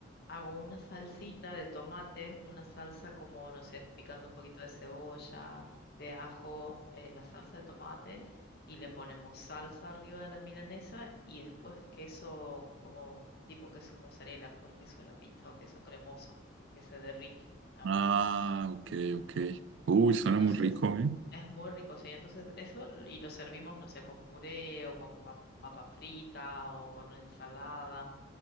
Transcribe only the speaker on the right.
Ah, ok, ok. Uy, suena
muy rico, ¿eh?